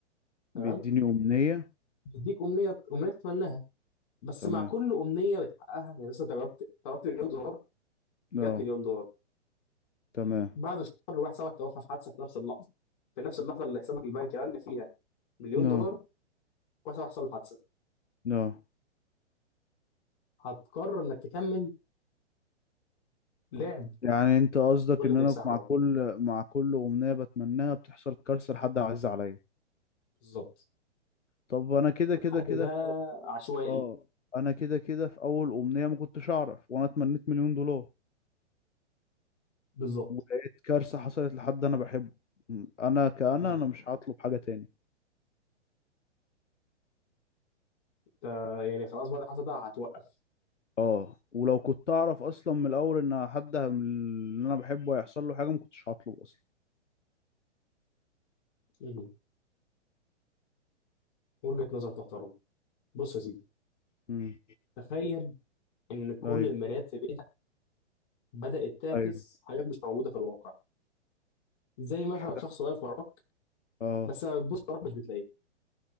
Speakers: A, on the left; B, on the left.
A: تمام
B: بيديني امنيه
A: بيديك امنية امنية تتمناها بس
B: تمام
A: مع كل امنيه بتحققها يعني مثلا انت جربت طلبت مليون دولار
B: لا
A: جت مليون دولار
B: تمام
A: بعد شهر واحد صاحبك توفى في حادثه في نفس اللحظه في نفس اللحظه اللي حسابك البنكي رن فيها مليون
B: لا
A: دولار واحد صاحبك حصل له حادثه
B: لا
A: هتقرر انك تكمل لعب
B: يعني انت قصدك
A: ولا
B: ان
A: تمسحه
B: انا مع كل مع كل امنية بتمناها بتحصل كارثة لحد عزيز عليا
A: بالظبط
B: طب انا كده
A: والحد
B: كده كده
A: ده
B: في أو-
A: عشوائي
B: اه انا كده كده في اول امنية ما كنتش اعرف وانا اتمنيت مليون دولار
A: بالظبط
B: ولقيت كارثة حصلت لحد انا بحبه م، انا كأنا
A: مم.
B: انا مش هطلب حاجة تاني
A: انت يعني خلاص بعد الحادثه ده هتوقف
B: اه ولو كنت اعرف اصلا من الاول ان حد من اللي انا بحبه هيحصل له حاجة ما كنتش هطلب اصلا
A: مم. وجهه نظر تحترم بص يا سيدي
B: امم
A: تخيل ان كل
B: ايوه
A: المرايات في بيتك بدات تعكس
B: ايوه
A: حاجات مش موجوده في الواقع زي مثلا
B: حاجة
A: شخص واقف وراك
B: اه
A: بس لما بتبص وراك مش بتلاقيه